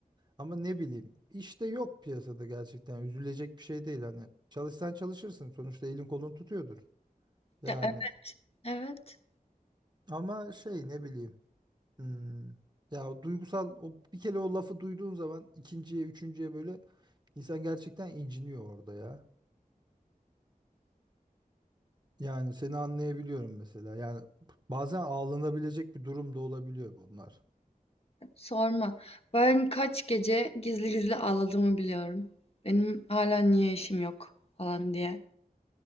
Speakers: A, on the right; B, on the left.
A: Ama ne bileyim işte yok piyasada gerçekten üzülecek bir şey değil hani çalışsan çalışırsın sonuçta elin kolun tutuyordur. Yani
B: Ya e- Evet,
A: ama şey ne bileyim Hmm. Ya o duygusal o bir kere o lafı duyduğun zaman ikinciye, üçüncüye böyle insan gerçekten inciniyor orada ya. Yani seni anlayabiliyorum mesela. Yani bazen ağlanabilecek bir durum da olabiliyor bunlar.
B: sorma. Ben kaç gece gizli gizli ağladığımı biliyorum. Benim hala niye işim yok falan diye.